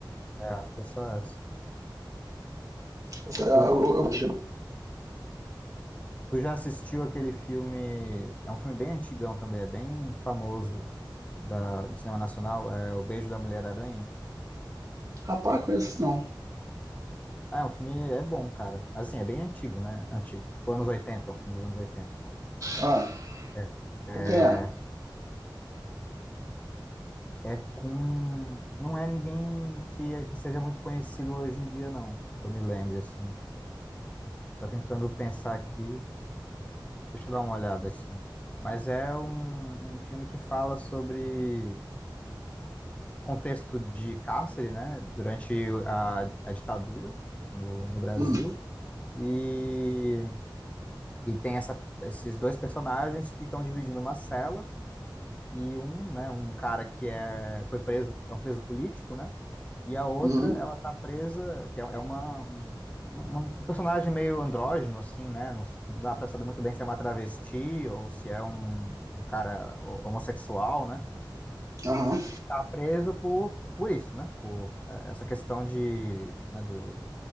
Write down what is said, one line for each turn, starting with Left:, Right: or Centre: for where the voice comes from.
Left: É, acho que é só essa.
Right: Essa,
Left: Tu,
Right: eu, eu achei.
Left: tu já assistiu aquele filme? É um filme bem antigão também, é bem famoso da, do cinema nacional, é O Beijo da Mulher-Aranha.
Right: Rapaz, conheço não.
Left: Ah, é um filme, é bom, cara. Mas assim, é bem antigo, né? Antigo, tipo anos oitenta é um filme dos anos oitenta
Right: Ah,
Left: É, é,
Right: com quem é?
Left: é com. Não é ninguém que, que seja muito conhecido hoje em dia, não, que eu me lembre, assim. Tô tentando pensar aqui, deixa eu dar uma olhada aqui. Mas é um, um filme que fala sobre contexto de cárcere, né, durante a, a ditadura no, no Brasil.
Right: Hum,
Left: E, e tem essa, esses dois personagens que estão dividindo uma cela e um, né, um cara que é, foi preso, é um preso político, né? E a outra,
Right: uhum,
Left: ela tá presa, que é, é uma, uma- um um personagem meio andrógeno, assim, né? Não, não dá pra saber muito bem se é uma travesti ou se é um, um cara ho- homossexual, né?
Right: aham.
Left: tá preso por, por isso, né? Por eh, essa questão de, né, do,